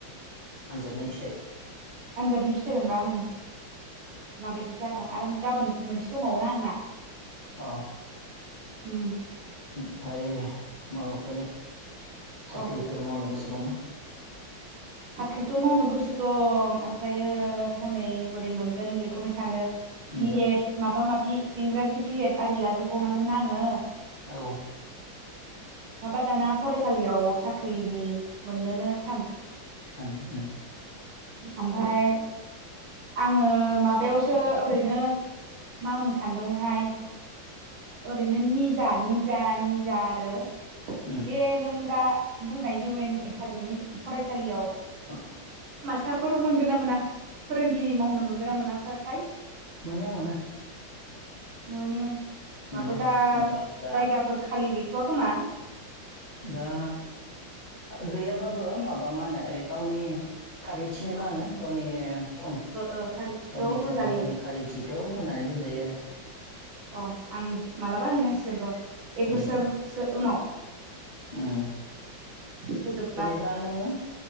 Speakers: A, on the left; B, on the right.
A: आनजादनि फिथाइ
B: आनजादनि फिथाइ मोनबा ओ माबायदि जादों आरो गाबोन मोनसे दंबावोना आंना
A: औ
B: उम
A: ओमफफ्राय माबाफोर साख्रिफोर
B: औ
A: मावनो गोसो दंना
B: साख्रिथ' मावनो गोसो दं ओमफ्रायो हनै बोरै मोनगोन बेखौनो सानो
A: नंगौ
B: बि
A: नंगौ
B: एद माबा माबि इंराजि बिएद आरि लाजोबबावनांगोननाा आङो
A: औ
B: माबा दाना फरायसालियाव साख्रिनि मोननोनो थान
A: थान उम
B: ओमफफ्राय आङो माबायावसो ओरैनो मावनो सानदोंमोनहाय ओरैनो निजा निजा निजा आरो
A: उम
B: बे नों दा बुंनाय इउ एन एकाडेमि फरायसालियाव
A: औ
B: मास्टारफोर मोनगोन ना मोना फोरोंगिरि मावनो मोनगोन ना मोनाथाय?
A: मोनो मोनो
B: मोनो होनबाबो
A: मोनो
B: दा
A: माबा दा
B: जायगाफोर खालि गै <inaudible>
A: दा गैयाबाबो माबा मा होनो गावनि खारैथिनो मा
B: ओ
A: होनो गावनि थं
B: ओ खारिथिखौ
A: गावनि
B: होजायो
A: थं गावनि खारिथिखौ होनानै दोनजायो आरो
B: अ आं मालाबा हैनांसिगोन र' एक
A: उम
B: बोसोरसो उनाव
A: उम
B: फोजोबबा
A: जेनेबा नोङो